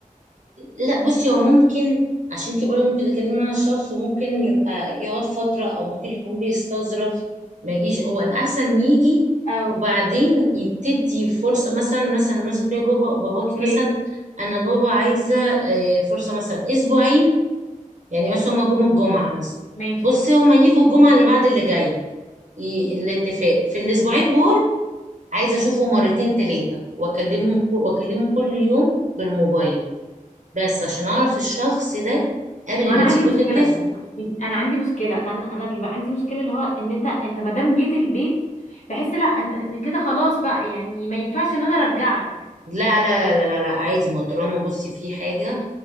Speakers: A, on the right (about 60°); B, on the left (about 60°).
A: لا بصي هو ممكن عشان انت برضه ممكن تتكلمي مع الشخص وممكن يبقى يقعد فترة او ممكن يكون بيستظرف ما يجيش هو الاحسن يجي
B: اه
A: وبعدين يبتدي فرصة مثلا مثلا مثلا تقولي بابا باباكي
B: اوكي
A: مثلا انا بابا عايزة آه، فرصة مثلا اسبوعين يعني مثلا هما جم الجمعة مثلا
B: ماشي
A: بصي هما يجوا الجمعة اللي بعد اللي جاية ي- الاتفاق في الاسبوعين دول عايزة اشوفه مرتين تلاتة واكلمهم كو- واكلمه كل يوم بالموبايل بس عشان اعرف الشخص ده قبل
B: هو انا
A: ما
B: عندي
A: تيجوا
B: مشكله
A: تتفقوا
B: انا عندي مشكله انا انا بيبقى عندي مشكله اللي هو ان انت انت ما دام جيت البيت بحس لا ان ان كده خلاص بقى يعني ما ينفعش ان انا ارجعك
A: لا لا لا لا لا عادي ما هو طالما بصي في حاجة